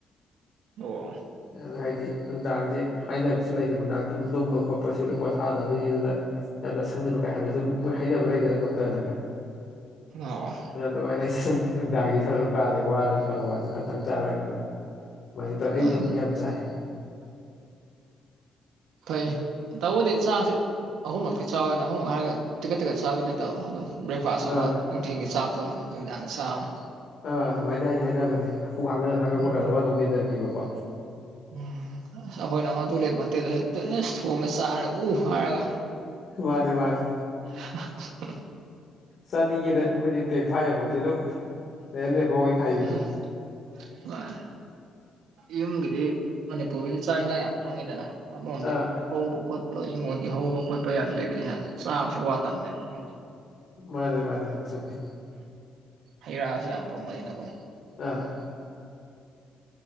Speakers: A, on the right; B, on the left.
A: ꯑꯣ
B: ꯑꯗꯣ ꯍꯥꯏꯗꯤ ꯅꯨꯡꯗꯥꯡꯖꯦ ꯍꯥꯏꯅꯕꯁꯨ ꯂꯩꯗꯅ ꯅꯨꯡꯗꯥꯡ ꯇꯨꯝ ꯇꯨꯝꯕ ꯈꯣꯠꯄꯁꯨ ꯄꯣꯊꯥꯅꯗꯣꯏꯅꯤ ꯑꯗꯨꯅ ꯌꯥꯝ ꯆꯁꯜꯒꯅꯨ ꯀꯥꯏ ꯍꯥꯏꯕꯁꯨ ꯃꯣꯏ ꯍꯥꯏꯅꯕ ꯂꯩꯗꯦꯅ ꯗꯣꯛꯇꯔꯅꯒ
A: ꯑꯧ
B: ꯑꯗꯨ ꯑꯗꯨꯃꯥꯏꯅ ꯑꯩꯁꯦ ꯁꯨꯝ ꯅꯨꯡꯗꯥꯡꯁꯦ ꯈꯔ ꯑꯗꯨꯝ ꯀꯥꯜꯂꯦ ꯋꯥꯔꯁꯨ ꯐꯔ ꯋꯥꯁꯨ ꯈꯔꯛꯇꯪ ꯆꯥꯔꯒ ꯑꯗꯨꯝ ꯑꯗꯨꯃꯥꯏ ꯇꯧꯋꯦ ꯑꯌꯨꯛꯇꯕꯨꯗꯤ
A: ꯎꯝ
B: ꯌꯥꯝ ꯆꯥꯏ
A: ꯐꯩꯌꯦ ꯇꯧꯕꯗꯤ ꯆꯥꯛꯁꯦ ꯑꯍꯨꯝꯃꯛꯇꯤ ꯆꯥꯎꯑꯅ ꯑꯍꯨꯝꯃꯨꯛ ꯍꯥꯏꯔꯒ ꯇꯤꯛꯀꯠ ꯇꯤꯛꯀꯠ ꯆꯥꯕꯤ ꯅꯠꯇꯕ ꯑꯗꯨꯝ ꯕ꯭ꯔꯦꯛꯐꯥꯁ ꯑꯃ
B: ꯑꯥ
A: ꯅꯨꯡꯊꯤꯟꯒꯤ ꯆꯥꯛꯇ ꯑꯃ ꯅꯨꯃꯤꯗꯥꯡꯒꯤ ꯆꯥꯛ ꯑꯃ
B: ꯑ ꯑꯗꯨꯃꯥꯏ ꯍꯥꯏꯗꯤ ꯍꯥꯏꯅꯕꯅꯦ ꯄꯨꯛ ꯍꯥꯡ ꯍꯥꯡꯉꯛꯄ
A: ꯎꯝ
B: ꯀꯥꯟꯗ ꯑꯃꯅ ꯑꯃꯨꯛ ꯃꯦꯟꯁꯤꯟꯕꯤꯕꯀꯣ
A: ꯎꯝ ꯑꯁ ꯑꯩꯈꯣꯏꯅ ꯑꯃꯨꯛ ꯑꯗꯨ ꯂꯩꯄꯣꯟꯇꯦꯗ ꯍꯦꯛꯇ ꯑꯁ ꯊꯣꯡꯉꯦ ꯆꯥꯔꯦ ꯎ ꯍꯥꯏꯔꯒ
B: ꯋꯥꯗ ꯋꯥꯗ
A: <unintelligible>
B: ꯆꯥꯅꯤꯡꯉꯦꯅ ꯑꯩꯈꯣꯏꯗꯤ ꯕ꯭ꯔꯦꯛꯐꯥꯁ ꯌꯥꯕꯗꯤ ꯑꯗꯨꯝ ꯂꯩꯔ ꯂꯩꯔꯝꯕ ꯑꯣꯏꯈꯥꯏꯕꯤꯅꯤ
A: ꯑ ꯍꯣꯏ ꯌꯨꯝꯒꯤꯗꯤ ꯃꯅꯤꯄꯨꯔꯒꯤꯗꯤ ꯆꯥꯛ ꯌꯦꯟꯁꯥꯡ ꯌꯥꯝ ꯐꯪꯉꯤꯗꯅ ꯝꯗ
B: ꯑꯥ
A: ꯍꯧꯕ ꯈꯣꯠ ꯍꯤꯡꯈꯣꯟꯒꯤ ꯍꯧꯕ ꯈꯣꯠꯄ ꯌꯥꯝꯅ ꯂꯩꯕꯅꯤꯅ ꯆꯥꯕꯁꯤ ꯋꯥꯠꯇꯕꯅꯦꯕ ꯑꯃ
B: ꯃꯥꯅꯦ ꯃꯥꯅꯦ ꯌꯥꯝ ꯆꯨꯝꯃꯦ
A: ꯍꯩ ꯔꯥꯁꯨ ꯌꯥꯝ ꯐꯪꯕꯅꯤꯅꯀꯣ
B: ꯑ